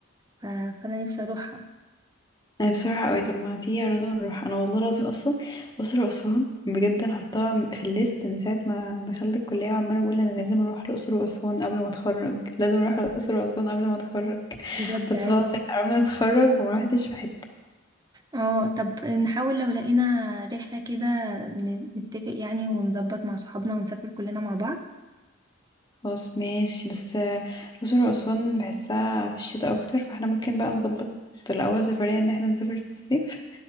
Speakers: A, on the right; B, on the left.
A: ف... فأنا نفسي أروحها
B: أنا بصراحة أوي طب ما تيجي يا رضوى نروح أنا والله العظيم أصلا الأقصر وأسوان بجد أنا حطاها في الليست من ساعة ما دخلت الكلية وعمالة بقول أنا لازم أروح الأقصر وأسوان قبل ما أتخرج لازم أروح الأقصر وأسوان قبل ما أتخرج
A: بجد
B: بس
A: أيوة
B: خلاص احنا قربنا نتخرج وما روحتش في حتة
A: اه طب نحاول لو لقينا رحلة كده ن- نتفق يعني ونظبط مع صحابنا ونسافر كلنا مع بعض
B: خلاص ماشي بس آه، الأقصر وأسوان بحسها في الشتاء أكتر فاحنا ممكن بقى نظبط الأول سفرية إن احنا نسافر في الصيف